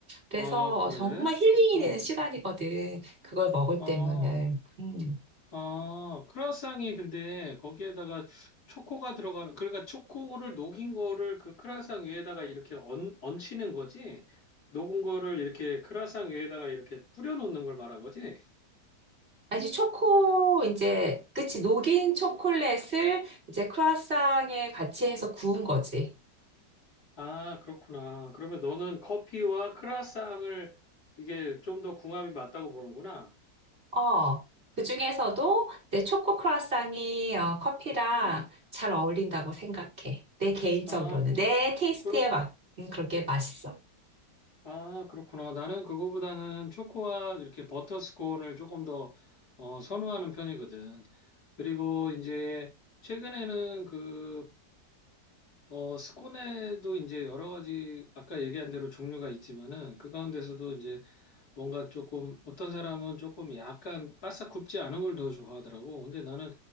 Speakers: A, on the right; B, on the left.
A: 그래서
B: 아, 그래?
A: 정말 힐링이
B: 어,
A: 되는 시간이거든. 그걸 먹을
B: 아.
A: 때면은. 음.
B: 아, 크루아상이 근데 거기에다가 초코가 들어가는, 그러니까 초코를 녹인 거를 그 크루아상 위에다가 이렇게 얹, 얹히는 거지? 녹은 거를 이렇게 크루아상 위에다가 이렇게 뿌려놓는 걸 말한 거지?
A: 아니, 초코, 이제, 그치, 녹인 초콜릿을 이제 크루아상에 같이 해서 구운 거지.
B: 아, 그렇구나. 그러면 너는 커피와 크루아상을 이게 좀 더 궁합이 맞다고 보는구나.
A: 어, 그 중에서도 내 초코 크루아상이 어, 커피랑 잘 어울린다고 생각해. 내 개인적으로는.
B: 아, 그렇,
A: 내 테이스트에
B: 그렇,
A: 맞, 음, 그렇게 맛있어.
B: 아, 그렇구나. 나는 그거보다는 초코와 이렇게 버터 스콘을 조금 더 어, 선호하는 편이거든. 그리고 이제 최근에는 그 어, 스콘에도 이제 여러 가지 아까 얘기한 대로 종류가 있지만은 그 가운데서도 이제 뭔가 조금 어떤 사람은 조금 약간 바싹 굽지 않은 걸 더 좋아하더라고. 근데 나는